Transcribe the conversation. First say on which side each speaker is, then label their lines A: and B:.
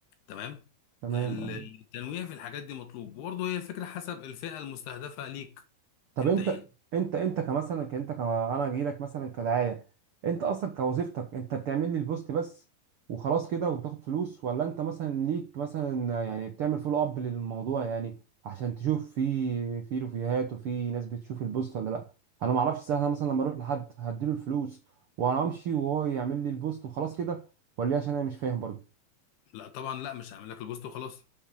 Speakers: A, on the left (about 85°); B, on the right (about 80°).
A: تمام
B: تمام
A: ال-
B: اه
A: التنويع في الحاجات دي مطلوب وبرضه هي الفكرة حسب الفئة المستهدفة ليك
B: طب
A: أنت
B: انت
A: إيه
B: انت انت كمثلا ك- انت ك... انا جاي لك مثلا كدعايه انت اصلا كوظيفتك انت بتعمل لي البوست بس وخلاص كده وبتاخد فلوس ولا انت مثلا ليك مثلا يعني بتعمل فولو اب للموضوع يعني عشان تشوف في في ريفيوهات وفي ناس بتشوف البوست ولا لا انا ما اعرفش سهله مثلا لما اروح لحد هديله الفلوس وانا امشي وهو يعمل لي البوست وخلاص كده ولا ايه؟ عشان انا مش فاهم برضه
A: لا طبعا لا مش هعمل لك البوست وخلاص